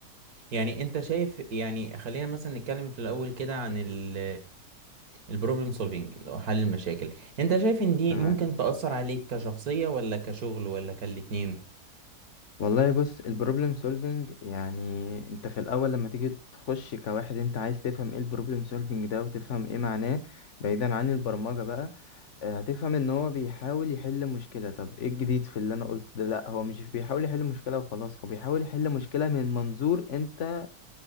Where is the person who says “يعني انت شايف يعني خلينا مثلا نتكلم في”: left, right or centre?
Right